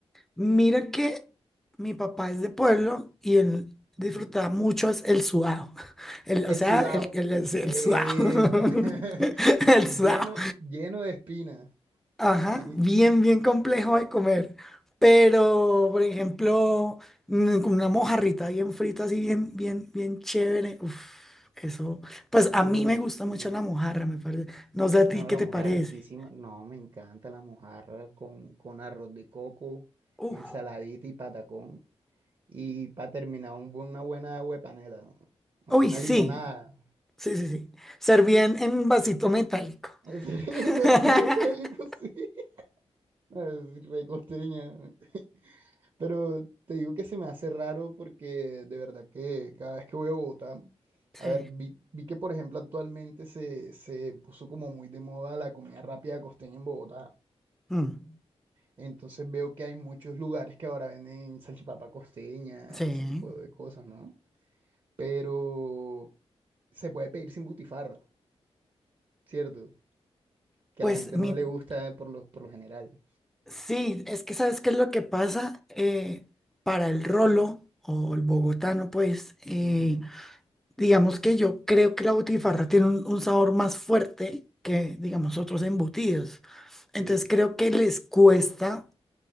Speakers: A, in the centre; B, on the right.
A: Mira que mi papá es de pueblo y él disfrutaba
B: Ujú.
A: mucho es el sudado. <laughs> El, o
B: El
A: sea,
B: sudado.
A: el, el, el
B: Epa.
A: sudado. <laughs>
B: <laughs>
A: El sudado.
B: Lleno, lleno de espina.
A: Ajá,
B: Lleni-
A: bien, bien complejo de comer. Pero, por ejemplo, mm, con una mojarrita bien frita, así bien, bien, bien chévere. Uf, eso. Pues a
B: Uf,
A: mí me gusta
B: sí.
A: mucho la mojarra, me parece. No sé a
B: No,
A: ti qué
B: la
A: te
B: mojarra
A: parece.
B: riquísima. No, me encanta la mojarra con, con arroz de coco,
A: Uf.
B: ensaladita y patacón. Y para terminar, un bu- una buena agua de panela, ¿no? No,
A: Uy,
B: una
A: sí.
B: limonada.
A: Sí, sí, sí. Serví en, en vasito metálico.
B: En serio,
A: <laughs>
B: <laughs> así tú me estás delico, sí. <laughs> No, Es re costeña. <laughs> Pero te digo que se me hace raro porque de verdad que cada vez que voy a Bogotá,
A: Sí.
B: a ver, vi, vi que por ejemplo actualmente se, se puso como muy de moda la comida rápida costeña en Bogotá.
A: Mm,
B: Entonces veo que hay muchos lugares que ahora venden salchipapa costeña
A: sí.
B: y ese tipo de cosas, ¿no? Pero se puede pedir sin butifarra. cierto, que
A: Pues
B: a la gente
A: mi,
B: no le gusta por lo, por lo general.
A: Sí, es que ¿sabes qué es lo que pasa? Eh, para el rolo o el bogotano, pues, eh,
B: Ujú,
A: digamos que yo creo que la butifarra tiene un, un sabor más fuerte que, digamos, otros embutidos. Entonces
B: Sí,
A: creo que les cuesta